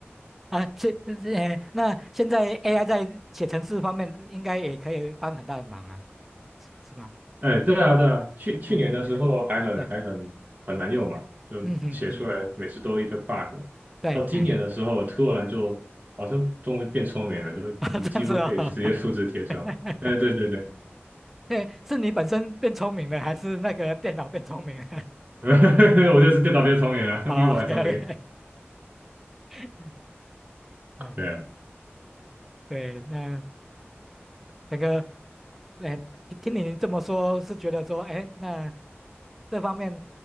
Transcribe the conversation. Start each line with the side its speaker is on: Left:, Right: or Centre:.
Centre: 啊，是是哎，那现在 AI 在写程式方面应该也可以帮很大的忙啊，是是吗？
Right: 哎，对啊，对啊，去去年的时候还很还很很难用嘛，
Centre: 嗯，对，
Right: 就写出来每次都一堆
Centre: 嗯嗯嗯，
Right: bug。
Centre: 对，
Right: 到今年的时候，
Centre: 哎，
Right: 突然就好像终于变聪明了，就是你几乎可以直接复制贴上。
Centre: <laughs> 啊，这样子哦，<laughs>
Right: 哎，对对对，
Centre: 哎，是你本身变聪明了，还是那个电脑变聪明了？
Right: <laughs> 我就是电脑变聪明了，
Centre: <laughs> 哦，OK
Right: 比我还聪明。
Centre: OK，<laughs> 嗯，
Right: <laughs> 对
Centre: 对，那。整个，哎，听你这么说，是觉得说，哎，那这方面